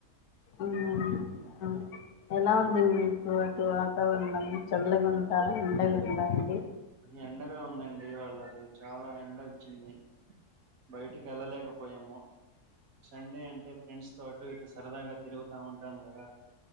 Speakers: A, on the left; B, on the right.
A: అవునండి అవును ఎలా ఉంది మీకు అటు వాతావరణం చల్లగుంద ఎండగుందా అండి
B: ఎండగా ఉందండి ఇవాళ్ళ అసలు చాలా ఎండ వచ్చింది బయటికి వెళ్ళలేకపోయాము సండే అంటే ఫ్రెండ్స్ తో అటు ఇటు సరదాగా తిరుగుతా ఉంటాం కదా